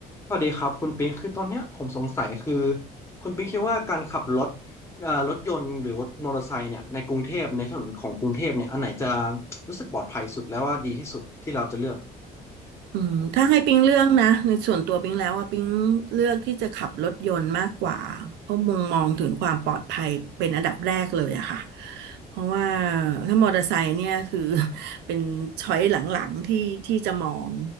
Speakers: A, on the left (about 15°); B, on the right (about 80°).
A: สวัสดีครับคุณปิงคือตอนเนี้ยผมสงสัยคือคุณปิงคิดว่าการขับรถเอ่อรถยนต์หรือรถมอเตอร์ไซค์เนี่ยในกรุงเทพในถนนของกรุงเทพเนี่ยอันไหนจะรู้สึกปลอดภัยสุดแล้วว่าดีที่สุดที่เราจะเลือก
B: อืมถ้าให้ปิ๊งเลือกนะในส่วนตัวปิ๊งแล้วว่าปิ๊งเลือกที่จะขับรถยนต์มากกว่าเพราะมุมมองถึงความปลอดภัยเป็นอันดับแรกเลยอะค่ะเพราะว่าถ้ามอเตอร์ไซค์เนี่ยคือ <laughs> เป็นช้อยหลังๆที่ที่จะมอง